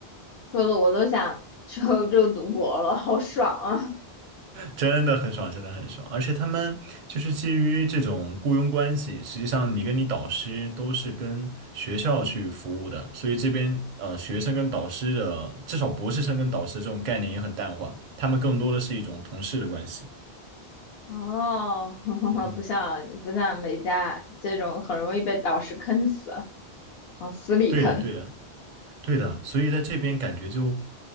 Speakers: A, on the left; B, on the right.
A: 说的我都想去欧洲读博了，好爽啊！
B: 真的很爽，真的很爽。而且他们就是基于这种雇佣关系，实际上你跟你导师都是跟学校去服务的，所以这边呃学生跟导师的，至少博士生跟导师这种概念也很淡化，他们更多的是一种同事的关系。
A: 哦，<laughs>
B: 嗯，
A: 不像不像美加这种很容易被导师坑死啊，往死里坑。
B: 对的，对的。对的，所以在这边感觉就，